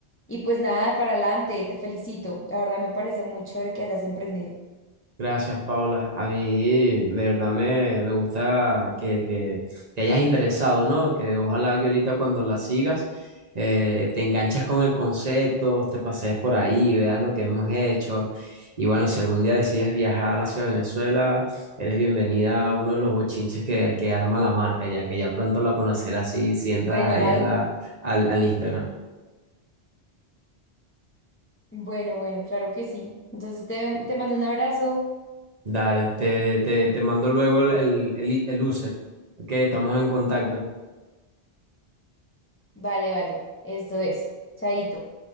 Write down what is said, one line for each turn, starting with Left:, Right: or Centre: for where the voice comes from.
Left: y pues nada, para adelante, te felicito. La verdad me parece muy chévere que hayas emprendido.
Right: Gracias, Paula. A mí de verdad me, me gusta que, que te hayas interesado, ¿no? Que ojalá que ahorita cuando la sigas eh, te enganches con el concepto, te pasees por ahí, veas lo que hemos hecho. Y bueno, si algún día decides viajar hacia Venezuela, eres bienvenida a uno de los bochinches que, que arma la marca, ya que ya pronto la conocerás si, si entras
Left: Bueno,
Right: ahí
Left: bye.
Right: a la, al, al Instagram.
Left: Bueno, bueno, claro que sí. Entonces te, te mando un abrazo.
Right: Dale, te, te, te mando luego el, el, el, el user. Ok, estamos en contacto.
Left: Vale, vale, esto es. Chaito.